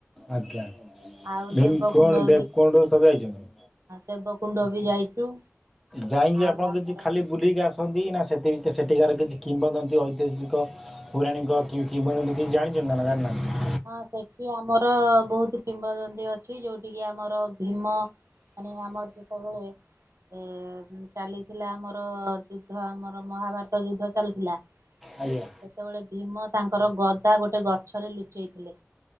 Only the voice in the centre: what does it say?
ଆଜ୍ଞା
ଭୀମକୁଣ୍ଡ,
ଦେବକୁଣ୍ଡ ସବୁ ଯାଇଛନ୍ତି।
ଯାଇକି
ଆପଣ
କିଛି ଖାଲି ବୁଲିକି ଆସନ୍ତି ନା ସେତିକି ସେଠିକାର କିଛି କିମ୍ବଦନ୍ତି ଐତିହାସିକ ପୌରାଣିକ କି କିମ୍ବଦନ୍ତି କିଛି ଜାଣିଛନ୍ତି ନା ଜାଣିନାହାଁନ୍ତି?
ଆଜ୍ଞା